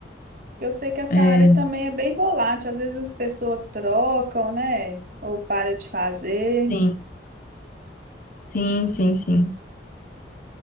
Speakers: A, on the right; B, on the left.
A: porque eu sei que essa
B: É,
A: área também é bem volátil. Às vezes as pessoas trocam, né? Ou para de fazer.
B: sim, sim, sim, sim.